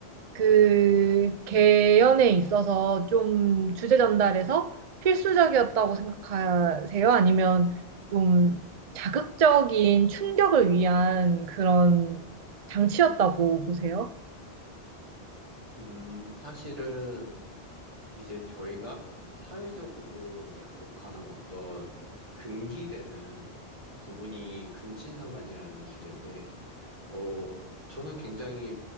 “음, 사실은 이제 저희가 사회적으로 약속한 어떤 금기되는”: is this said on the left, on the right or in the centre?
Right